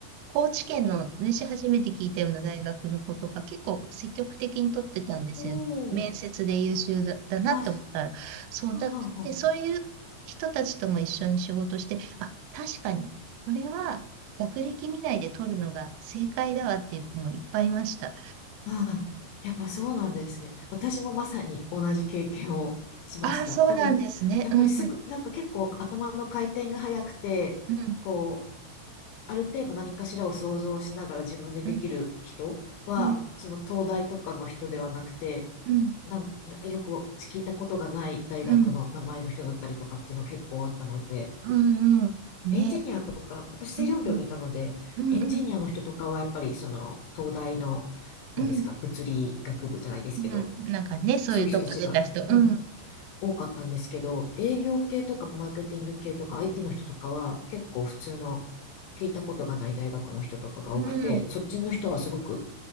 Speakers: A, on the right; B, on the left.
A: 高知県のね、私初めて聞いたような大学の子とか、結構積極的に取ってたんですよね面接で優秀だ、
B: おお。
A: だなって思ったら、
B: あ、
A: そうだ、
B: はんはんはんはん。
A: で、そういう人たちとも一緒に仕事して、あ、確かに、これは学歴見ないで取るのが正解だわっていう子もいっぱいいました。
B: ああ、やっぱそうなんですね。私もまさに同じ経験をしました。
A: ああ、そうなんですね。
B: なんかい、やっぱりすぐ、
A: うん、
B: なんか結構頭の回転が速くて、
A: うん、
B: こう、ある程度何かしらを想像しながら自分でできる人は、
A: うん、うん、
B: その東大とかの人ではなくて、
A: うん、
B: なん、なんかよく聞いたことがない大学の名前の人だったりとかっていうの結構あったので、
A: うん、うん、うんね、
B: エンジニアとか、私製造業にいたので、
A: うん、ねうん、
B: エンジニアの人とかはやっぱりその東大の、
A: うん、
B: なんですか、
A: うん、
B: 物理学部じゃないですけど、
A: うん、なんかね、そういうとこ出た人、
B: そういう人たちが、うん、
A: うん、
B: 多かったんですけど、営業系とかマーケティング系とか IT の人とかは結構普通の聞いたことがない大学の人とかが多くて、
A: うん、
B: そっちの人はすごく